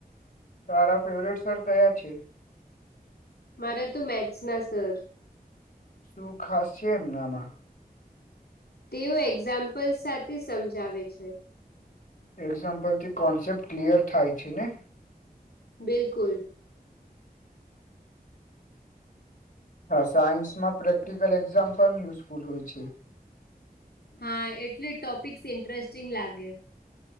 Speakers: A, on the left; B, on the left.
A: તારા ફેવરેટ સર કયા છે?
B: મારા તો મેથ્સના સર.
A: શું ખાસ છે એમનામાં?
B: તેઓ એક્ઝામ્પલ સાથે સમજાવે છે.
A: એક્ઝામ્પલથી કોન્સેપ્ટ ક્લિયર થાય છે ને?
B: બિલકુલ.
A: હા સાયન્સમાં પ્રેક્ટિકલ એક્ઝામ પણ યુઝફુલ હોય છે.
B: હા એટલે ટોપિકસ ઇન્ટરેસ્ટિંગ લાગે